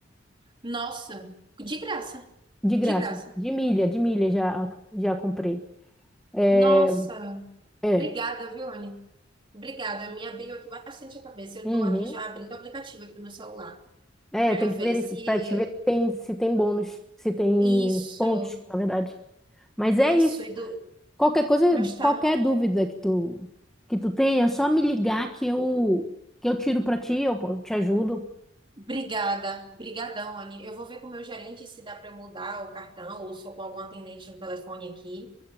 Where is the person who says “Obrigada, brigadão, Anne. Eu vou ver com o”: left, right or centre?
Right